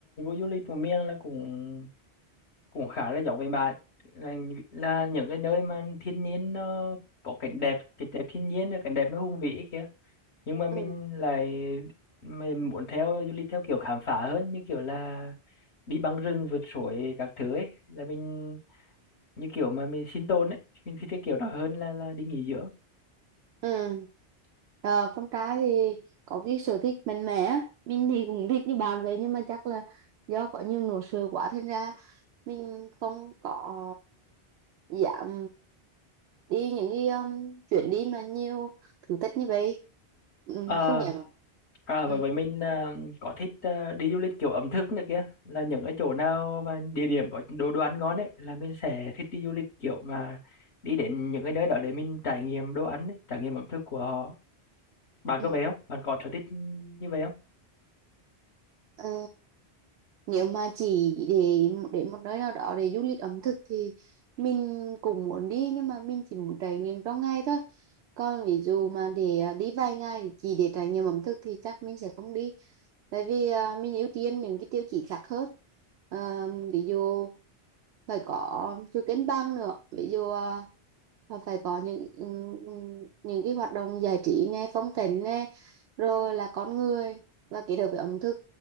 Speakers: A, on the left; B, on the right.
A: du lịch của miền là cũng cũng khá là giống với bạn là, là những cái nơi mà thiên nhiên nó có cảnh đẹp cảnh đẹp thiên nhiên rồi cảnh đẹp nó hùng vĩ ấy kìa nhưng mà mình
B: Ừ.
A: lại mình muốn theo du lịch theo kiểu khám phá hơn như kiểu là đi băng rừng vượt suối các thứ ấy là mình như kiểu mà mình sinh tồn ấy mình thích cái kiểu đó hơn là là đi nghỉ dưỡng
B: ừ Ờ, con trai thì có cái sở thích mạnh mẽ á. mình thì cũng thích như bạn vậy nhưng mà chắc là do có nhiều nỗi sợ quá thành ra mình không có dám đi những cái um, chuyến đi mà nhiều thử thách như vậy Ừm,
A: à,
B: không dám
A: À,
B: Ừ,
A: vậy vậy mình à, có thích à, đi du lịch kiểu ẩm thực nữa kia là những cái chỗ nào mà địa điểm có đồ đồ ăn ngon ấy là mình sẽ thích đi du lịch kiểu mà đi đến những cái nơi đó để mình trải nghiệm đồ ăn ấy, trải nghiệm ẩm thực của họ bạn
B: ừ.
A: có vậy không bạn có sở thích như vậy không
B: Ờ, nếu mà chỉ để đến một nơi nào đó để du lịch ẩm thực thì mình cũng muốn đi nhưng mà mình chỉ muốn trải nghiệm trong ngày thôi còn ví dụ mà để à, đi vài ngày để chỉ để trải nghiệm ẩm thực thì chắc mình sẽ không đi tại vì à, mình ưu tiên những cái tiêu chí khác hơn Ờ, ví dụ phải có sự cân băng nữa ví dụ à, là phải có những ừm, những cái hoạt động giải trí nè phong cảnh nè rồi là con người và kết hợp với ẩm thực